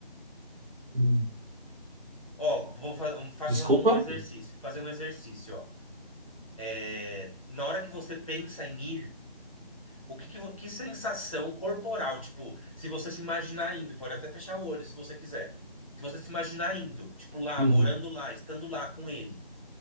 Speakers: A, on the right (about 70°); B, on the left (about 35°).
A: Uhum.
B: Ó, vou fa- vamos fazer
A: Desculpa?
B: um exercício, fazer um exercício, ó. É, Na hora que você pensa em ir, o que que, vo- que sensação corporal, tipo, se você se imaginar indo, pode até fechar o olho se você quiser. Se você se imaginar indo, tipo lá,
A: Uhum.
B: morando lá, estando lá com ele.